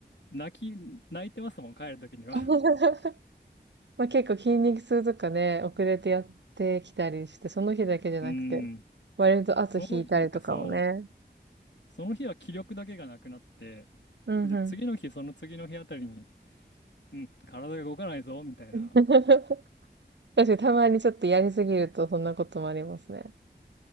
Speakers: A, on the left; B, on the right.
A: 泣き、泣いてますもん、帰るときには。
B: <laughs> ま、結構筋肉痛とかね、遅れてやってきたりして、その日だけじゃなくて、
A: <laughs> うーん。
B: 割と後引いたりとかもね。
A: その、なんかそう、その日は気力だけがなくなって、
B: うんうん。
A: で、次の日、その次の日あたりに、うん、体が動かないぞ、みたいな。
B: <laughs> 確かにたまにちょっとやりすぎるとそんなこともありますね。